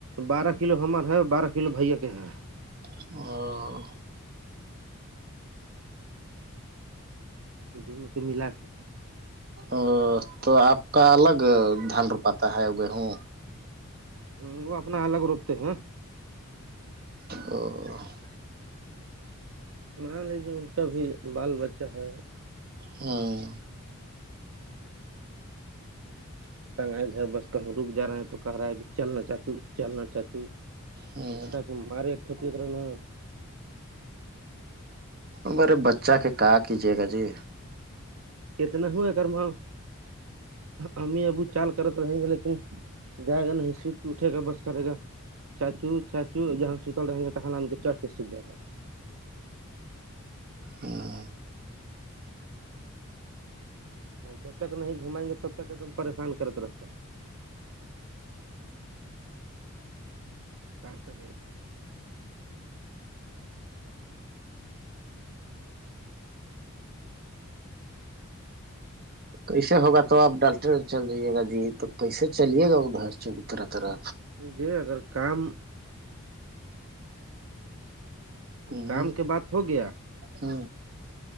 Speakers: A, on the right; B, on the right.
A: بارہ کلو ہمار ہے بارہ کلو بھ کے ہے
B: ا
A: دونوں پہ ملا کے ہیں
B: ا تو آپ کا الگ دھان رپاتا ہے گیہوں
A: ہ وہ اپنا الگ روپتے ہیں
B: او
A: مان لیجیے ان کا بھی بال بچہ ہے
B: ہاں
A: نگل ہے بس کہ رک جا رہا ہے تو کہہ رہا ہے کہ چلنا چاچو چلنا چاچو
B: ہ
A: وہ کہ تھا کہ مارے ایک چھپت رہا ن
B: میرے بچہ کے کہ کیجیے گا جی
A: کتنا ہ ہے کرماؤ امی ابو چال کرت رہیں گے لیکن جائے گا نہیں سوچ کے اٹھے گا بس کرے گا چاچو چاچو ج سوتالن ل ان کے چڑھ کے سوجا د تھا
B: ہوں
A: جب تک نہیں گھمائیں گے تب تک ایک دم پریشان کرتا رستہ ہے کیا کہ
B: کیسے ہوگا تو آپ ڈالٹر چل جائیے گا جی تو کیسے چلیے گا ادھر چ طرح طرح
A: جیے اگر کام
B: ہ
A: کام کے بعد ہو گیا
B: ہ